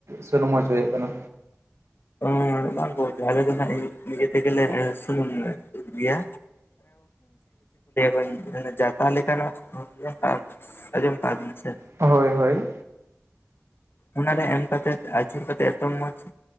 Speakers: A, on the right (about 70°); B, on the left (about 50°).
A: ᱥᱩᱱᱩᱢ ᱦᱚᱪᱚᱭᱮᱫ ᱠᱟᱱᱟ᱾
B: <inaudible> ᱵᱟᱝ ᱜᱚᱢᱠᱮ ᱟᱞᱮ ᱫᱚ ᱦᱟᱸᱜ ᱱᱤᱡᱮ ᱛᱮᱜᱮᱞᱮ ᱥᱩᱱᱩᱢ ᱜᱮᱭᱟ᱾ <inaudible> ᱡᱟᱴᱟ ᱞᱮᱠᱟᱱᱟᱜ <inaudible> ᱟᱸᱡᱚᱢ ᱠᱟᱜ-ᱟ ᱵᱤᱱ ᱥᱮ᱾
A: ᱦᱳᱭ ᱦᱳᱭ
B: ᱚᱱᱟᱨᱮ ᱮᱢ ᱠᱟᱛᱮᱫ ᱟᱹᱡᱩᱨ ᱠᱟᱛᱮᱫ ᱮᱛᱚ ᱢᱚᱸᱡᱽ